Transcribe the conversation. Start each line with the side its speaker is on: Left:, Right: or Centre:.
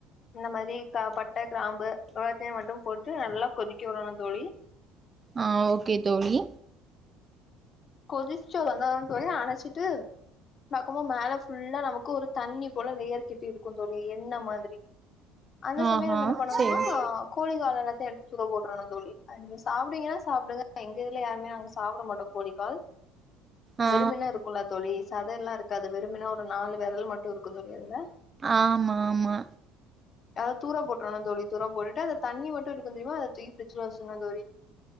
Left: இந்த மாரி க பட்ட கிராம்பு எல்லாத்தையு மட்டும் போட்டு நல்லா கொதிக்க விடணு தோழி
Right: ஆ ஓகே தோழி
Left: கொதிச்சல் வந்தொன்ன தோழி அணைச்சிட்டு பாக்கும்போ மேல ஃபுல்லா நமக்கு ஒரு தண்ணி போல லேயர் கெட்டி இருக்கு தோழி எண்ண மாதிரி அந்த சமயோ
Right: ஆஹா
Left: நம்ம என்ன பண்ணணுனா
Right: சேரி
Left: கோழி கால எல்லாத்தையு எடுத்து தூர போட்டுறோணு தோழி அட்வைஸ் சாப்பிடுவிங்கன்னா சாப்டுங்க எங்க இதுல யருமே நாங்க சாப்பிட மாட்டோ கோழி கால்
Right: ஆ
Left: விரும்பின இருக்குல்ல தோழி சதை எல்லா இருக்காது விரும்பினா ஒரு நாலு விரல் மட்டு இருக்கு தோழி அதுல
Right: ஆமா ஆமா
Left: அப் தூர போட்டுறனு தோழி தூர போட்டுட்டு அந்த தண்ணி மட்டு இருக்குந் தெரியுமா அதை தூக்கி ஃபிரிட்ஜில வெச்சிருன்னு தோழி